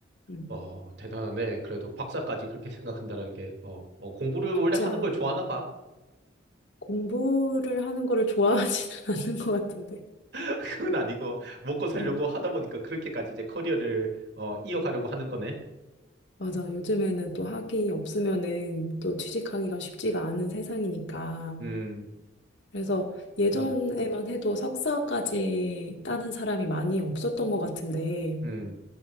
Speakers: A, on the left; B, on the right.
A: 음,
B: 어, 대단하네. 그래도 박사까지 그렇게 생각한다는 게, 어, 어, 공부를
A: 쉽지
B: 원래 하는
A: 않
B: 걸 좋아하나 봐.
A: 공부를 하는 거를 좋아하지는 <laughs> 않는 것 같은데.
B: <laughs> 그건 아니고, 먹고 살려고
A: 음,
B: 하다 보니까 그렇게까지 이제 커리어를, 어, 이어가려고 하는 거네.
A: 맞아. 요즘에는 또 학위 없으면은 또 취직하기가 쉽지가 않은 세상이니까.
B: 음,
A: 그래서 예전에만
B: 음,
A: 해도 석사까지 따는 사람이 많이 없었던 것 같은데
B: 음,